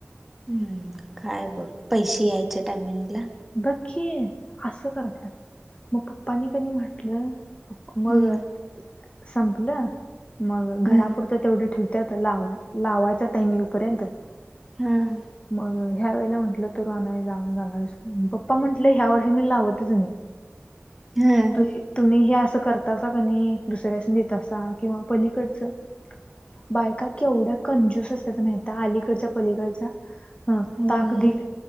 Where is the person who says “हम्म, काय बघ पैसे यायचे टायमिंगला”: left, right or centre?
Centre